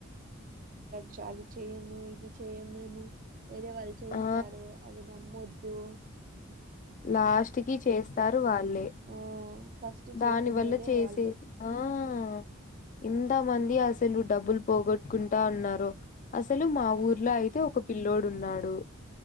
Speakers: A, on the right; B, on the left.
A: చ అది చేయ్యము ఇది చెయ్యం మేము వేరే వాళ్ళు చేస్తారు
B: ఆ
A: అవి నమ్మొద్దు. ద్దు.
B: లాస్ట్ కి చేస్తారు వాళ్ళే.
A: ఆ ఫస్ట్ చేసిండేదే
B: దాని వల్ల చేసేది
A: వాళ్ళు
B: ఆహ్. ఇంత మంది అసలు డబ్బులు పోగొట్టుకుంటా ఉన్నారు. అసలు మా
A: ఆ
B: ఊర్లో అయితే ఒక పిల్లోడు ఉన్నాడు